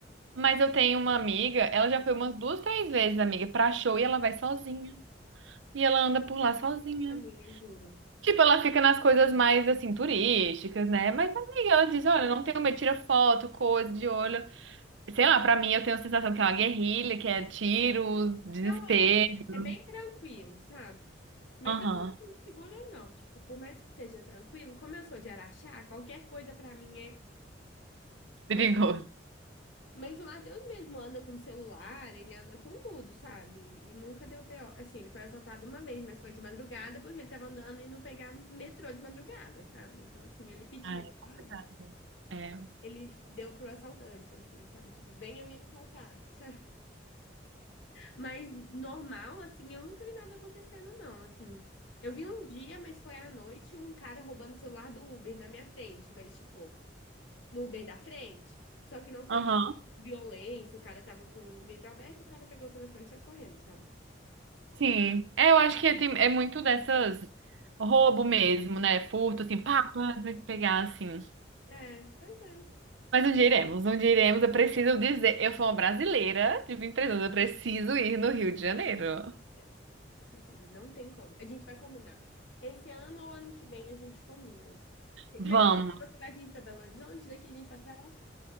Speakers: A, on the right; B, on the left.
A: Mas eu tenho uma amiga, ela já foi umas duas, três vezes, amiga, pra show e ela vai sozinha. E ela anda por lá sozinha.
B: Amiga, juro.
A: Tipo, ela fica nas coisas mais assim, turísticas, né? Mas, amiga, ela diz: olha, não tenho medo, tira foto, coisa de olho. Sei lá, pra mim eu tenho a sensação que é uma guerrilha, que é tiros, desespero.
B: Não é, é bem tranquilo, sabe? Mas
A: Aham,
B: eu não me segura, não. Tipo, por mais que seja tranquilo, como eu sou de Araxá, qualquer coisa pra mim é.
A: perigoso.
B: Mas, mas o Matheus mesmo anda com celular, ele anda com tudo, sabe? E nunca deu BO. Assim, ele foi assaltado uma vez, mas foi de madrugada porque ele tava andando indo pegar metrô de madrugada, sabe? Então, assim, ele pediu,
A: Ah, é complicado.
B: sabe?
A: É.
B: Ele f- deu pro assaltante, assim, sabe? Tipo, venha me assaltar, <laughs> sabe? Mas normal, assim, eu nunca vi nada acontecendo, não, assim. Eu vi um dia, mas foi à noite, um cara roubando o celular do Uber na minha frente, mas, tipo. no Uber da frente. Só que não foi
A: Aham.
B: violência, o cara tava com o vidro aberto, o cara pegou o telefone e saiu correndo, sabe?
A: Sim. É, eu acho que tem- é muito dessas roubo mesmo, né? Furto, assim, pá, pá, tem que pegar assim.
B: É, pois é.
A: Mas onde iremos? Onde iremos? Eu preciso dizer. Eu sou uma brasileira de 23 anos, eu preciso ir no Rio de Janeiro.
B: É, sim, com certeza, não tem como. A gente vai combinar. Esse ano ou ano que vem a gente combina.
A: Vamos.
B: Mas você vai vir para Belo Horizonte, daqui a gente vai para Araxá.